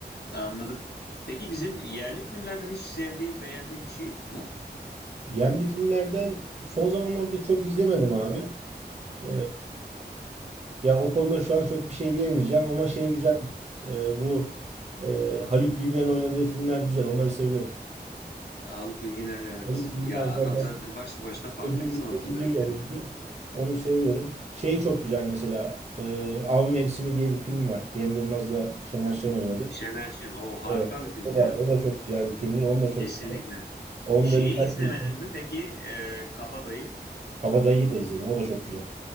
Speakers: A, on the left; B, on the right.
A: Anladım. Peki bizim yerli filmlerden hiç sevdiğin, beğendiğin bir şey yok mu?
B: Yerli filmlerden son zamanlarda çok izlemedim abi. Ee, ya o konuda şu an çok bir şey diyemeyeceğim ama şey güzel. Ee, bu e, Haluk Bilginer'in oynadığı filmler güzel. Onları seviyorum.
A: Haluk Bilginer evet.
B: Haluk Bilginer
A: Ya
B: zaten
A: adam zaten başlı başına farklı
B: ödüllü,
A: bir sanatçı
B: ödüllü
A: bence
B: bir oyuncu.
A: ya.
B: Onu seviyorum. Şey çok güzel mesela. E, Av Mevsimi diye bir film var. Cem Yılmaz'la Şener Şen oynadı.
A: Şener Şen. O harika
B: Evet,
A: bir film
B: o da
A: ya.
B: o da çok güzel bir filmdir. Onu da çok
A: Kesinlikle.
B: severim. Onu
A: Şeyi
B: da birkaç
A: izlemedin
B: film izlemiştim.
A: mi peki e, Kabadayı?
B: Kabadayı'yı da izledim. O da çok güzel.